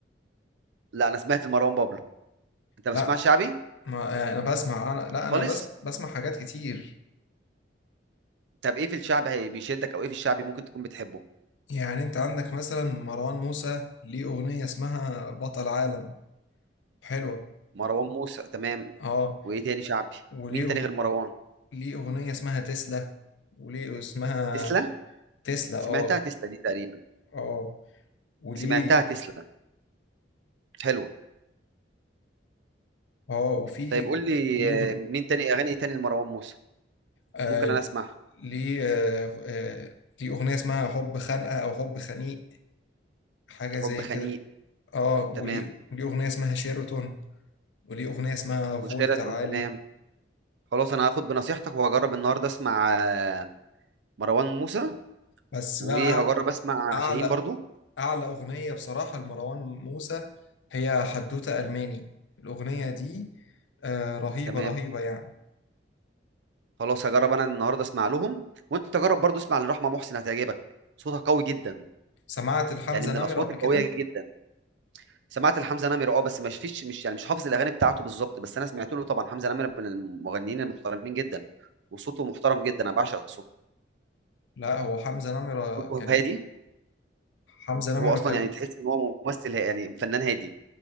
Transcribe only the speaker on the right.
لا أنا سمعت مروان بابلو أنت ما
بتسمعش شعبي
خالص
طب إيه في الشعب هي- بيشدك أو إيه في الشعبي ممكن تكون بتحبه
مروان موسى تمام
وايه تاني شعبي
مين تاني
غير مروان
تسلا
سمعتها
تسلا دي تقريبا
سمعتها تسلا حلوة
طيب قول لي
آه، مين تاني اغاني إيه تاني لمروان موسى
ممكن انا اسمع
حب خنيق
تمام
وشيراتون
تمام خلاص انا هاخد بنصيحتك وهجرب النهارده اسمع آه، مروان موسى
وهجرب
اسمع
شاهين برضو
تمام
خلاص هجرب انا النهارده اسمع لهم وانت تجرب برضو اسمع لرحمة محسن هتعجبك صوتها قوي جدا
يعني من
الاصوات
القوية
جدا سمعت لحمزة نمرة اه بس مش فيش مش يعني مش حافظ الاغاني بتاعته بالظبط بس انا سمعت له طبعا حمزة نمرة من المغنيين المحترمين جدا وصوته محترم جدا انا بعشق صوته
صوته
هادي
هو اصلا
يعني تحس ان هو ممثل ها- يعني فنان هادي